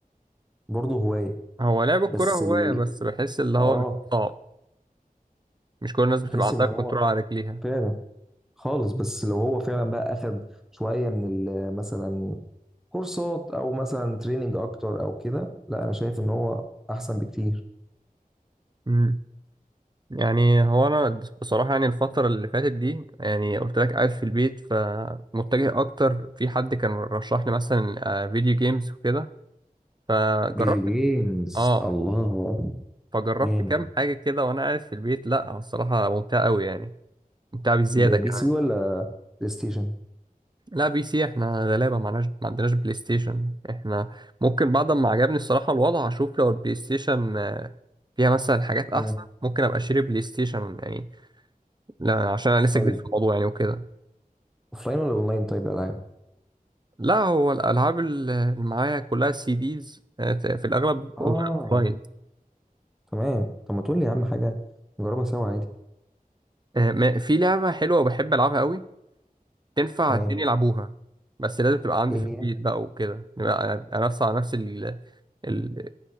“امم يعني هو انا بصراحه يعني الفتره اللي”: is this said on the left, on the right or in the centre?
Right